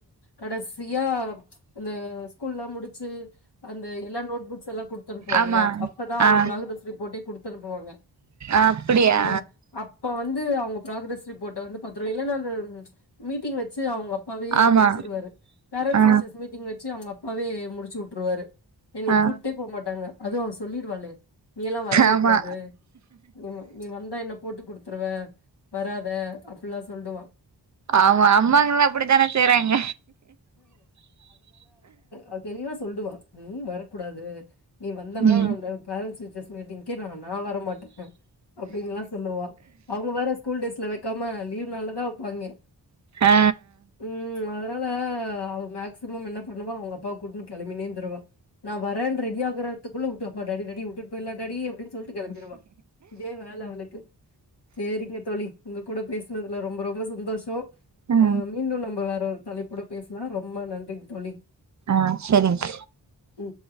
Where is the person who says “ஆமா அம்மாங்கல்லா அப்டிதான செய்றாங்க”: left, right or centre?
Right